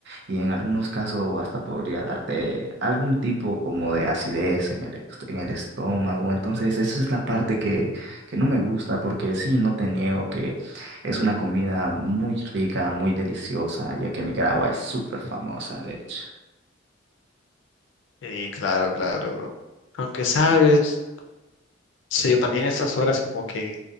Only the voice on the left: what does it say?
Sí, claro, claro, bro. Aunque sabes, sí, yo también a estas horas como que